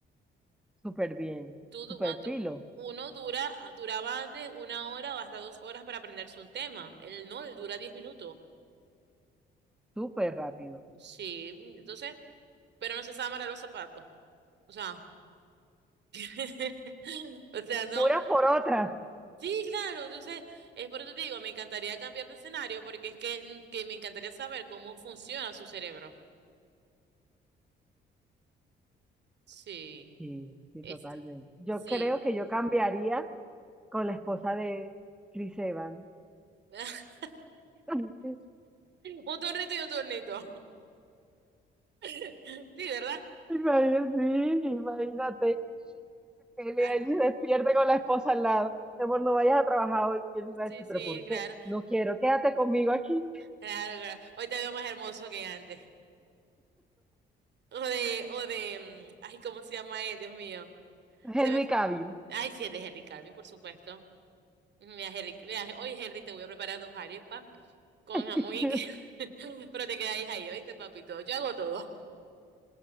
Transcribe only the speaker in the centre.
Súper bien,
súper
pilo,
súper rápido.
Unas por otras.
Sí, sí,
totalmente. Yo
creo que yo cambiaría con la esposa de Chris Evans.
<laughs>
Imagínate, sí, imagínate. que
Él se despierte con la esposa al lado. Mi amor, no vayas a trabajar hoy. Y él va
a decir,
¿pero por qué?
No quiero, quédate conmigo aquí.
Henry
Cavill.
<laughs>